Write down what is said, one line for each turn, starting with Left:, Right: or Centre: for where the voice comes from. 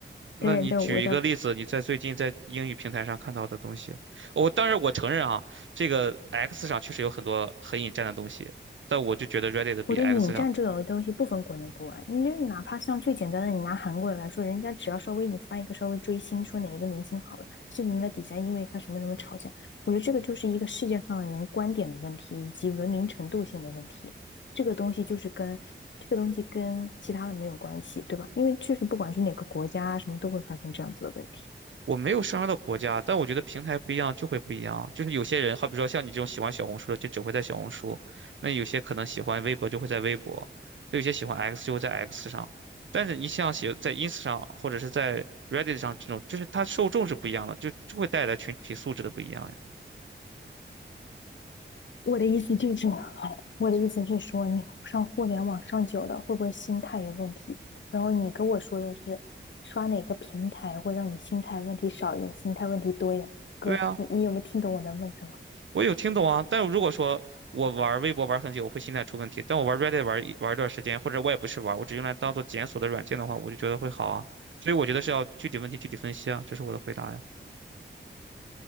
Right: 那你举一个例子，
Left: 但是但是我在
Right: 你在最近在英语平台上看到的东西。我当然我承认啊，这个 X 上确实有很多很引战的东西，但我就觉得 Reddit 比
Left: 我觉得引战这种东西不分国内国外，
Right: X 上
Left: 你就哪怕像最简单的，你拿韩国人来说，人家只要稍微你发一个稍微追星，说哪一个明星好了，就能在底下因为他什么什么吵架。我觉得这个就是一个世界上的人观点的问题，以及文明程度性的问题。这个东西就是跟这个东西跟其他的没有关系，对吧？因为就是不管是哪个国家啊，什么都会发生这样子的问题。
Right: 我没有上升到国家，但我觉得平台不一样就会不一样。就是有些人，好比说像你这种喜欢小红书的，就只会在小红书；那有些可能喜欢微博，就会在微博；对，有些喜欢 X 就会在 X 上。但是你像写在 ins 上或者是在 Reddit 上这种，就是它受众是不一样的，就就会带来群体素质的不一样呀。
Left: 我的意思就是，我的意思是说，你上互联网上久了，会不会心态有问题？然后你跟我说的是，刷哪个平台会让你心态问题少一点，心态问题多一点？哥，
Right: 对啊。
Left: 你你有没有听懂我在问什么？
Right: 我有听懂啊，但如果说我玩微博玩很久，我会心态出问题。但我玩 Reddit 玩一玩一段时间，或者我也不是玩，我只用来当做检索的软件的话，我就觉得会好啊。所以我觉得是要具体问题具体分析啊，这是我的回答呀。